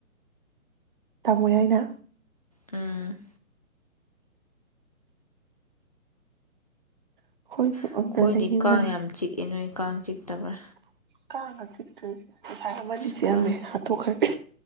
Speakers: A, on the right (about 35°); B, on the left (about 30°).
A: ꯇꯥꯃꯣ ꯌꯥꯏꯅ
B: ꯎꯝ
A: ꯑꯩꯈꯣꯏꯁꯨ
B: ꯑꯩꯈꯣꯏꯗꯤ
A: ꯑꯝꯇ ꯂꯩꯅꯤꯡꯕꯅꯤ
B: ꯀꯥꯡ ꯌꯥꯝ ꯆꯤꯛꯑꯦ ꯅꯣꯏ ꯀꯥꯡ ꯆꯤꯛꯇꯕ꯭ꯔꯥ
A: ꯀꯪ ꯒꯥ ꯆꯤꯛꯇꯔꯦ ꯉꯁꯥꯏ ꯑꯃꯗꯤ
B: ꯑꯁ
A: ꯆꯤꯛꯑꯝꯃꯦ
B: ꯀꯥꯡ
A: ꯍꯥꯠꯇꯣꯛꯈꯔꯦ